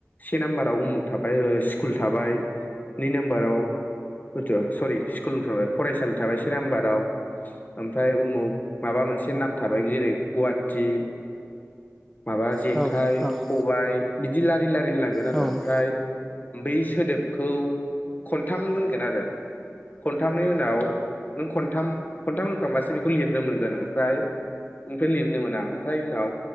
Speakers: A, on the left; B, in the centre.
A: से नाम्बाराव उमुक थाबाय ओ स्कुल थाबाय नै नाम्बाराव। उथ' सरि स्कुल थबाय फरायसालि थाबाय से नाम्बाराव ओमफ्राय उमुख माबा मोनसे नाम थाबाय जेरै- गुवाहाटि माबा जेखाइ
B: औ औ
A: खबायाइ बिदि लारि लारि होनलांगोन आरो
B: औ
A: ओमफ्राय बै सोदोबखौ खनथाम होनगोन आरो खनथामनि उनाव नों खनथाम खनथाम होनखांबासो बेखौ लिरनो मोनगोन ओमफ्राय इनिफ्राय लिरनो मोना ओमफ्राय उनाव